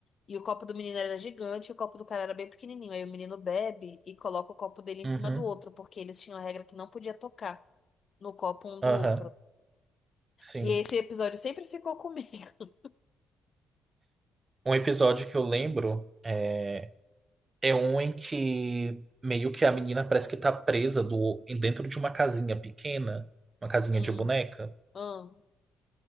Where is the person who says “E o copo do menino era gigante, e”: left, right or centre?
Left